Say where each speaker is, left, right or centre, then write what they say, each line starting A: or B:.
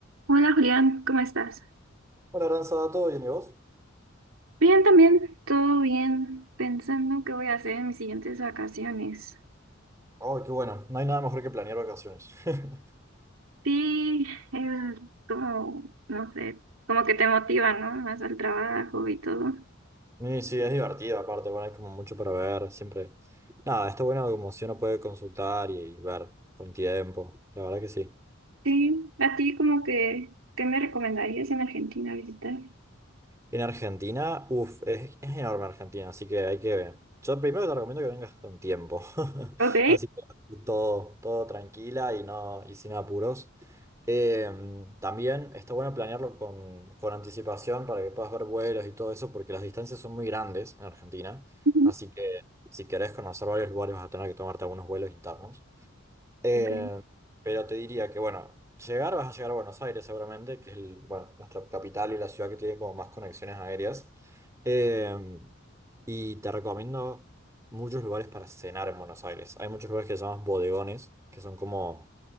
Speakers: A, on the right; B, on the right.
A: Hola Julián, ¿cómo estás?
B: Hola, Aranza, ¿todo bien y vos?
A: Bien, también, todo bien, pensando qué voy a hacer en mis siguientes vacaciones.
B: Oh, qué bueno, no hay nada mejor que planear vacaciones. <laughs>
A: Sí, es como, no sé, como que te motiva, ¿no? Más al trabajo y todo.
B: Y sí, es divertido, aparte, bueno, hay como mucho para ver, siempre. Nada, está bueno como si uno puede consultar y ver con tiempo, la verdad que sí.
A: Sí, a ti como que, ¿qué me recomendarías en Argentina visitar?
B: En Argentina, uff, es, es enorme Argentina, así que hay que ver. Yo primero te recomiendo que vengas con tiempo, <laughs>
A: Ok.
B: así que todo, todo tranquila y, no, y sin apuros. Eh, también está bueno planearlo con, con anticipación para que puedas ver vuelos y todo eso, porque las distancias son muy grandes en Argentina,
A: Ujú.
B: así que si querés conocer varios lugares vas a tener que tomarte algunos vuelos internos. Eh,
A: Ok.
B: pero te diría que, bueno, llegar, vas a llegar a Buenos Aires seguramente, que es el- bueno, nuestra capital y la ciudad que tiene como más conexiones aéreas. Eh, y te recomiendo muchos lugares para cenar en Buenos Aires. Hay muchos lugares que se llaman bodegones, que son como